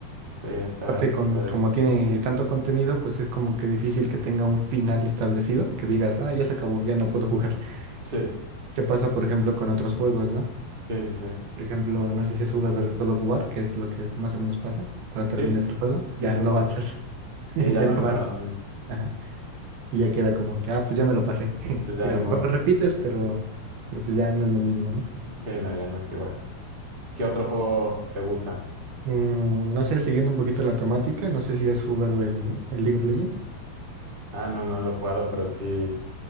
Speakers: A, on the right; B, on the right.
A: Eh, Está,
B: Aparte,
A: está
B: con,
A: padre
B: como
A: eso.
B: tiene tanto contenido, pues es como que difícil que tenga un final establecido, que digas,
A: Ujú.
B: ah, ya se acabó, ya no puedo jugar.
A: Sí,
B: <laughs> ¿Qué pasa, por ejemplo, con otros juegos, ¿no?
A: sí, sí, sí.
B: Por ejemplo, no sé si has jugado el God of War, que es lo que más o menos pasa. Cuando terminas
A: Sí,
B: el juego, ya
A: sí, sí lo
B: no
A: juego.
B: avanzas. <laughs>
A: Sí, ya
B: Ya
A: no
B: no
A: hay
B: avanzas.
A: para dónde.
B: Ajá. Y ya queda como que, ah, pues ya me lo pasé. <laughs>
A: Eh, Pues ya
B: Y
A: ni
B: a lo mejor
A: modo.
B: lo repites, pero, pero pues ya no es lo mismo, ¿no?
A: Sí, no, ya no es igual. ¿Qué otro juego te gusta?
B: Mm, no sé, siguiendo un poquito la temática, no sé si has jugado el, el League of Legends.
A: Ah, no, no lo he jugado, pero sí, s-